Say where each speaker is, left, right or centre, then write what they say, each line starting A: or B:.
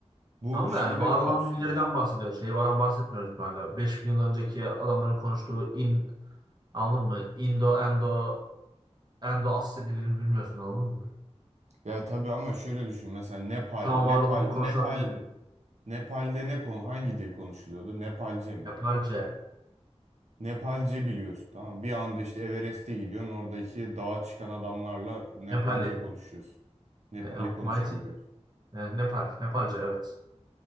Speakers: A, on the right; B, on the right.
A: Bu
B: Tam
A: şeyi
B: da yani
A: de
B: var
A: kapsıyor.
B: olan dillerden bahsediyor. Şey falan bahsetmiyoruz böyle. 5 bin yıl önceki adamların konuştuğu in anladın mı? Indo, Endo, Endo Asya dilini bilmiyorsun anladın mı?
A: Ya tabii ama şöyle düşün mesela Nepal,
B: Şu
A: Nepal,
B: an var olan konuşulan
A: Nepal,
B: dilleri bil.
A: Nepal'de ne konu hangi dil konuşuluyordur? Nepalce mi?
B: Nepalce,
A: Nepalce biliyorsun tamam. mı? Bir anda işte Everest'e gidiyorsun. Oradaki dağa çıkan adamlarla Nepalce
B: Nepali,
A: konuşuyorsun. Nepali
B: ne, yok,
A: konuşabiliyorsun.
B: Maiti de. Ne- Nepal, Nepalce evet.